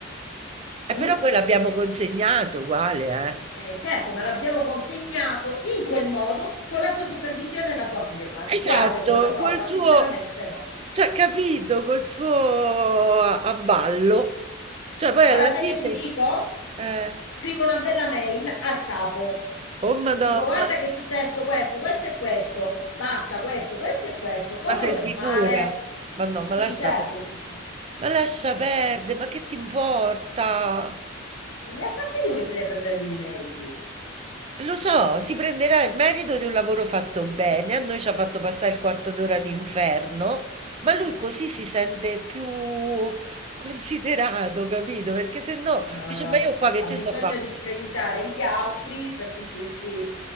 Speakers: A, on the right; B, on the left.
A: Eh,
B: Mm?
A: però poi l'abbiamo consegnato uguale, eh.
B: Eh, certo, ma l'abbiamo consegnato in quel modo, con la sua supervisione e la sua firma. Ti
A: Esatto,
B: piace questa
A: Esatto.
B: cosa?
A: col suo
B: Sinceramente no.
A: cioè capito, col suo avallo. Cioè poi
B: Ora
A: alla
B: sai
A: fine
B: che ti dico?
A: eh.
B: Scrivo una bella mail al capo
A: Oh madonna,
B: e dico: Guarda che è successo questo, questo e questo, passa questo, questo e questo. Cosa
A: ma sei
B: vogliamo
A: sicura?
B: fare?
A: Ma no, ma
B: Sì,
A: lascia
B: certo
A: pe
B: che sul sicuro.
A: ma lascia perdere, ma che ti importa?
B: E mi dà fastidio che si deve prendere lui i meriti.
A: Lo so, si prenderà il merito di un lavoro fatto bene, a noi ci ha fatto passare il quarto d'ora di inferno, ma lui così si sente più considerato, capito? Perché se no
B: Ah,
A: dice, ma io
B: ok.
A: qua che
B: ha
A: ci
B: bisogno
A: sto a fa'?
B: di screditare gli altri per sentirsi.